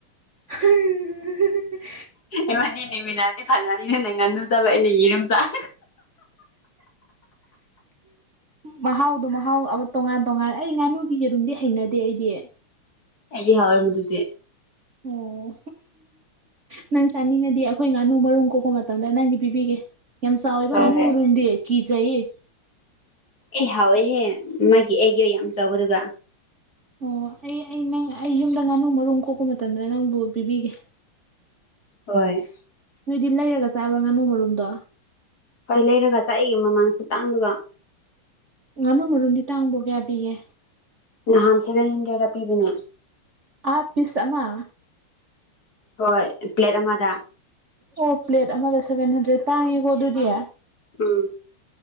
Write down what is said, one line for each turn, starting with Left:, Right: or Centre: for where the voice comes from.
Right: ꯎ <unintelligible>
Left: ꯏꯕꯥꯅꯣ ꯂꯩꯃꯤꯟꯅꯔꯗꯤ ꯐꯖꯅꯤꯅꯦ ꯅꯪꯅ ꯉꯥꯅꯨ ꯆꯕꯥ ꯑꯩꯅ ꯑꯦꯔꯨꯝ ꯆꯕꯥ
Right: ꯃꯍꯥꯎꯗꯣ ꯃꯍꯥꯎ ꯑꯃ ꯇꯣꯉꯥꯟ ꯇꯣꯉꯥꯟ ꯑꯩ ꯉꯥꯅꯨꯒꯤ ꯌꯦꯔꯨꯝꯗꯤ ꯍꯩꯅꯗꯦ ꯑꯩꯗꯤ
Left: ꯑꯩꯗꯤ ꯍꯧꯋꯦ ꯃꯗꯨꯗꯤ
Right: ꯑꯣ ꯅꯪ ꯆꯥꯅꯤꯡꯉꯗꯤ ꯑꯩꯈꯣꯏ ꯉꯥꯅꯨ ꯃꯔꯨꯝ ꯀꯣꯛꯄ ꯃꯇꯝꯗ ꯅꯪꯒꯤ ꯄꯤꯕꯤꯒꯦ ꯌꯥꯝ ꯆꯥꯎꯋꯦꯕ
Left: ꯍꯣꯏ
Right: ꯉꯥꯅꯨ
Left: ꯍꯣꯏ
Right: ꯃꯔꯨꯝꯗꯤ ꯀꯤꯖꯩ
Left: ꯑꯦ ꯍꯥꯎꯋꯦꯍꯦ ꯃꯥꯒꯤ ꯑꯦꯛꯇꯣ ꯌꯥꯝ ꯆꯥꯎꯕꯗꯨꯒ
Right: ꯑꯣ ꯑꯩ ꯑꯩ ꯅꯪ ꯑꯩ ꯌꯨꯝꯗ ꯉꯥꯅꯨ ꯃꯔꯨꯝ ꯀꯣꯛꯄ ꯃꯇꯝꯗ ꯅꯪꯕꯨ ꯄꯤꯕꯤꯒꯦ
Left: ꯍꯣꯏ
Right: ꯅꯣꯏꯗꯤ ꯂꯩꯔꯒ ꯆꯥꯕ꯭ꯔꯣ ꯉꯥꯅꯨ ꯃꯔꯨꯝꯗꯣ
Left: ꯍꯣꯏ ꯂꯩꯔꯒ ꯆꯥꯢꯌꯦ ꯃꯃꯜ ꯈꯨꯇꯥꯡꯗꯨꯒ
Right: ꯉꯥꯅꯨ ꯃꯔꯨꯝꯗꯤ ꯇꯥꯡꯕ꯭ꯔꯣ ꯀꯌꯥ ꯄꯤꯒꯦ
Left: ꯅꯍꯥꯟ ꯁꯚꯦꯟ ꯍꯟꯗ꯭ꯔꯦꯗꯇ ꯄꯤꯕꯅꯦ
Right: ꯑꯥ ꯄꯤꯁ ꯑꯃ
Left: ꯍꯣꯏ ꯄ꯭ꯂꯦꯠ ꯑꯃꯗ
Right: ꯑꯣ ꯄ꯭ꯂꯦꯠ ꯑꯃꯗ ꯁꯚꯦꯟ ꯍꯟꯗ꯭ꯔꯦꯠ ꯇꯥꯡꯉꯤꯀꯣ ꯑꯗꯨꯗꯤ
Left: ꯎꯝ